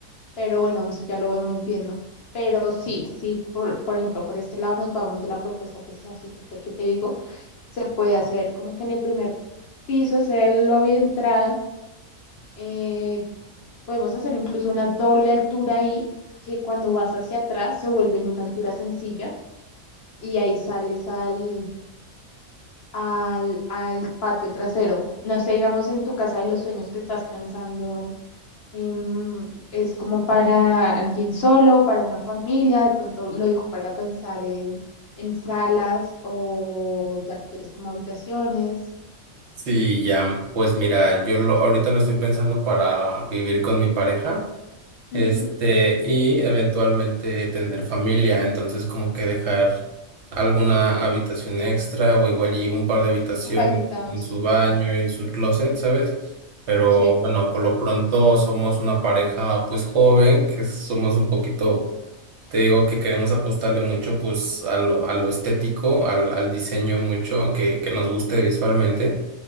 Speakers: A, on the left; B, on the right.
A: Pero bueno, eso ya lo vemos viendo. Pero sí, sí, por, por ejemplo, por este lado nos vamos de la propuesta paisajística que te digo. Se puede hacer como que en el primer piso sea el lobby de entrada. eh, podemos hacer incluso una doble altura ahí, que cuando vas hacia atrás se vuelve en una altura sencilla y ahí sales al, al, al patio trasero. No sé, digamos en tu casa de los sueños que estás pensando em, es como para alguien solo, para una familia, de pronto lo dijo para pensar en, en salas o ya quieres como habitaciones,
B: Sí, ya, pues mira, yo lo, ahorita lo estoy pensando para vivir con mi pareja,
A: Ujú.
B: este, y eventualmente tener familia, entonces como que dejar alguna habitación extra o igual y un par de habitaciones
A: o para invitados,
B: con su baño
A: total.
B: y su closet, ¿sabes? Pero
A: Sí,
B: bueno, por lo pronto somos una pareja pues joven, que somos un poquito, te digo que queremos apostarle mucho pues a lo, a lo estético, al, al diseño mucho que, que nos guste visualmente.